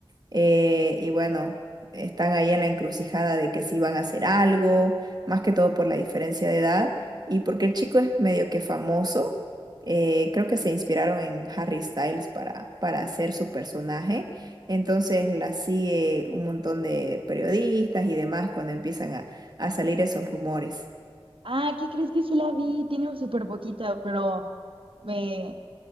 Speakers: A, on the right; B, on the right.
A: Eh, y bueno, están ahí en la encrucijada de que si van a hacer algo, más que todo por la diferencia de edad y porque el chico es medio que famoso. Eh, creo que se inspiraron en Harry Styles para, para hacer su personaje. Entonces la sigue un montón de periodistas y demás cuando empiezan a, a salir esos rumores.
B: Ah, ¿qué crees que sí la vi? Tiene súper poquita, pero me...